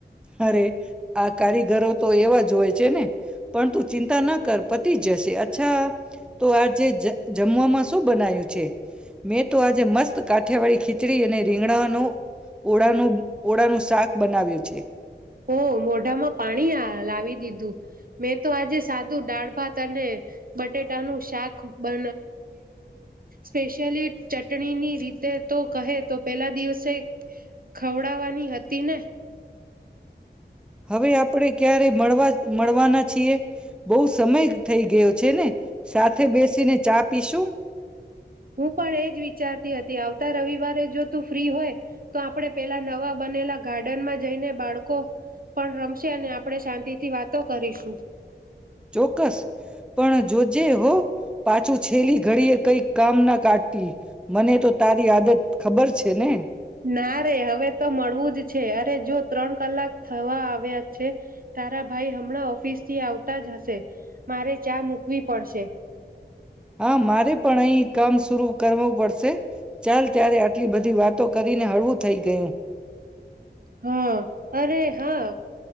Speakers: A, in the centre; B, on the right.
A: અરે આ કારીગરો તો એવા જ હોય છે. છેે ને. પણ તું ચિંતા ના કર. પતિ જૈસે અચ્છા. તો આજે જમવામાં શું બનાય્યું છે મેં તો આજે મસ્ત કાઠિયાવાળી ખીચડી અને રીંગડા અનું ઓળાનું ઓળા નું શાક બનાવ્યું છે.
B: ઓ મોઢામાં પાણી લાવી દીધું મેં તો આજે સાદું દાળ ભાત અને બટેટાનું શાક બ સ્પેશિયલી ચટણીની રીતે તો કહે તો પેલા દિવસે ખવડાવવાની હતી ને.
A: હવે આપ આપડણે ક્યારે મળવા મળવાના છીએ બહુ સમય થઈ ગ ગયો છે ને. સાથે બેસીને ચા પીશું.
B: હું પણ એજ વિચારતી હતી આવતા રવિવારે જો તું ફ્રી હોય તો આપણે પેલા નવા બનેલા ગાર્ડનમાં જઈને બાળકો પણ રમશે અને આપણે શાંતિથી વાતો કરીશું.
A: ચોક્કસ પણ જોજે હો. પાછું છેલી ઘડી એ કઈક કામ ના કાઢ મને તો તારી આદત ખબર છે ને.
B: ના રે હવે તો મળવું જ છે અરે જો ત્રણ કલાક થવા આવ્યા છે તારા ભાઈ હમણાં ઓફિસ થી આવતા જ હશે મારે ચા મૂકવી પડશે.
A: હા મારે પણ અહી કામ શરૂ કરવો પડશે. ચાલ ત્યારે આટલી બધી વાત તો કરીને હળવું થઈ ગયું.
B: હા, અરે હા